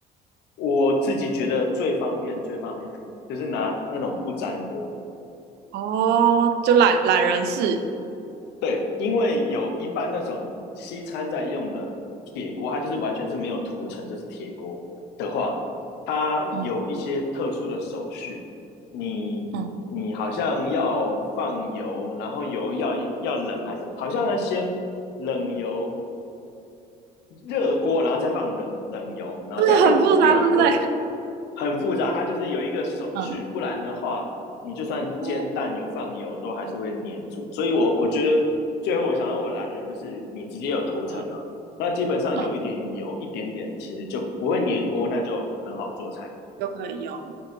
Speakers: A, on the left; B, on the right.
A: 我自己觉得最方便最方便 <laughs> 就是拿那种不粘锅，
B: 哦，就懒懒人式，
A: 对，因为有一般那种西餐在用的铁锅，它就是完全是没有涂层，就是铁锅的话，它有一些特殊的手续，
B: 嗯
A: 你你好像要放油，
B: 嗯，
A: 然后油要要冷，还是好像要先冷油热锅，然后再放冷冷油，然后再放料。
B: 对，很复杂，对不对？
A: 我很复杂，它就是有一个手续，
B: 嗯嗯，
A: 不然的话，你就算煎蛋有放油，
B: 哦，
A: 都还是会粘住。所以我我觉得最后我想要我懒人就是你直接有涂层了，
B: 嗯
A: 那基本上有一点油一点点，
B: 嗯。
A: 其实就不会粘锅，那就很好做菜。
B: 就可以用。